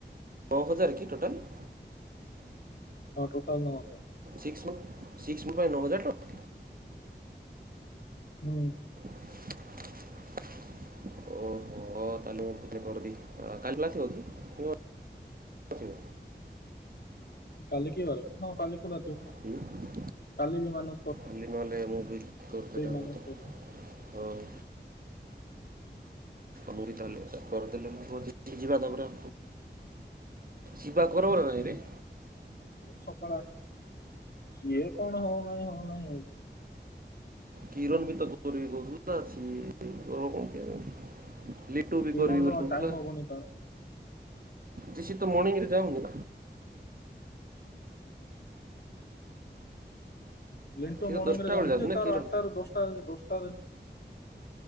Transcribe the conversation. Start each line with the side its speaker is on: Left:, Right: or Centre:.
Right: ନଅ ହଜାର କି ଟୋଟାଲ।
Left: ହଁ ଟୋଟାଲ ନଅ ହଜାର।
Right: ସିକ୍ସ ସିକ୍ସ ପାଇଁ ନଅ ହଜାର ଟା
Left: ହୁଁ।
Right: ଓହୋ। ହ ତାଲୁ କରଦି କାଲି ଖୁଲା ଥିବ କି? କଣ ଥିବ
Left: କାଲିିି କି ବାର କି? ହଁ କାଲି ଖୋଲାଥିବ ନା।
Right: ହୁଁ।
Left: କାଲି ବି ମାନୁ
Right: ଖାଲି ନହେଲେ ମୁଁ ବି କରିଦେଲେ ହବ
Left: ମାନସ
Right: ତ।
Left: କରିବ
Right: ହଉ। ବି ତାହଲେ କରିଦେଲେ ଯିବା ତାପରେ ଯିବା କର ସେଇରେ
Left: ହଁ। ସକାଳ ଆ ସିଏ କଣ ହଉନାହିଁ ହଉନାହିଁ ହଉଛି ସେ
Right: କିରଣ ବି ତ ଗୋର କହୁଥିଲା ସଏ ଗବ କଣ କି? ଲିଟୁ ବି
Left: କିରଣ
Right: କରିବି ବୋଲି
Left: ଟାଇମ ହବନି ତାର।
Right: ଦେସିୀ ତ ମର୍ଣିଂରେ ଯାଉନି।
Left: ଲେଣ୍ଟୁ
Right: ସିଏ ତ
Left: ମର୍ଣ୍ଣିଂ
Right: ଦଶଟା
Left: ରେ ଯାଉନି
Right: ବେଳେ ଯାଉଛି
Left: ଯେ
Right: ନା
Left: ତାର
Right: କିରଣ
Left: ଆଠଟା ର ଦଶଟା ଦଶଟା